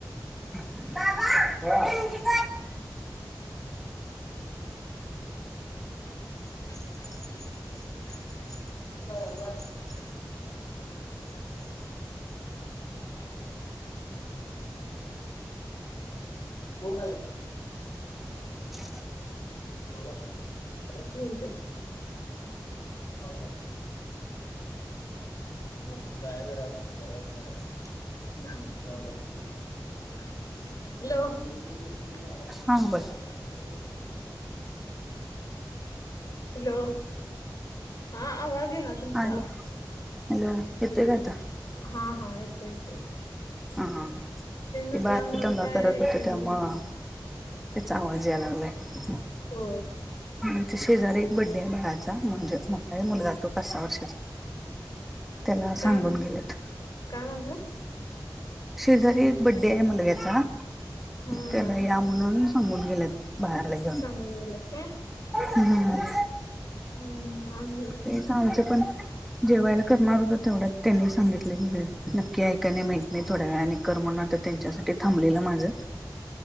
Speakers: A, in the centre; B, on the left.
A: <unintelligible>
B: होय का <unintelligible> हो
A: ह
B: बोला पाच मिनट ह का <inaudible> हॅलो
A: हा बोला
B: हॅलो हा आवाज आहे ना तुमचा
A: हॅलो हॅलो येते का आता
B: हा हा येत ययेत
A: हा ते
B: नसल्यामुळं
A: बारी दंगा
B: काय
A: कत
B: ऐकूना
A: होते त्यामुळं
B: झाले.
A: त्याचा आवाज यायला लागलाय
B: हो
A: आमच्या शेजाररी एक बर्थडे आहे बाळाचा म्हणजे मोठाय मुलगा तो पाच सहा वर्षाचा त्याला
B: काय
A: सांगून
B: म्हण
A: गेलेत
B: काय म्हणलात?
A: शेजारी एक बर्थडे आहे मुलग्याचा
B: हा
A: त्याला
B: हा
A: या म्हणून सांगून गेलेत बाळाला घेऊन
B: हो गलत का
A: हम्म
B: हम् आम
A: ते तर आमचं पण जेव्हायला करणार होत तेवढ्याच त्यांनी सांगितले नक्की ऐकाय नाही माहित नाही थोड्या वेळाने कर म्हून त्यांच्यासाठी थांबलेलं माझं